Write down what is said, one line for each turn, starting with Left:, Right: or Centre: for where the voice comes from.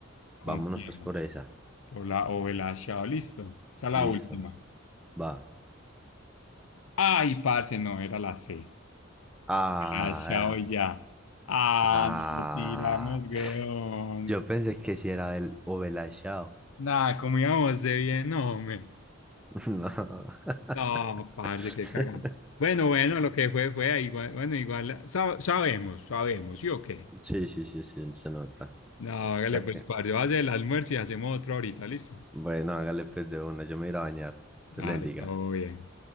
Left: Confiemos.
Centre: Vámonos pues por esa.
Left: Por la o el achado, listo. Esa es la
Centre: Listo,
Left: última.
Centre: va.
Left: Ay, parce, no, era la C.
Centre: Ah,
Left: El achado ya. Ah,
Centre: ah.
Left: nos la tiramos, weón.
Centre: Yo pensé que si era el o Belashao.
Left: Nada, como íbamos de bien, no, hombre.
Centre: <laughs> No.
Left: No,
Centre: <laughs>
Left: parce, qué cagada. Bueno, bueno, lo que fue, fue. Igual, bueno, igual sa- sabemos, sabemos, ¿sí o qué?
Centre: Sí, sí, sí, sí, se nota.
Left: No, hágale
Centre: Ok.
Left: pues, parce, va a hacer el almuerzo y hacemos otro ahorita, listo.
Centre: Bueno, hágale pues de una. Yo me iré a bañar.
Left: Vale,
Centre: Te le bendiga.
Left: todo bien.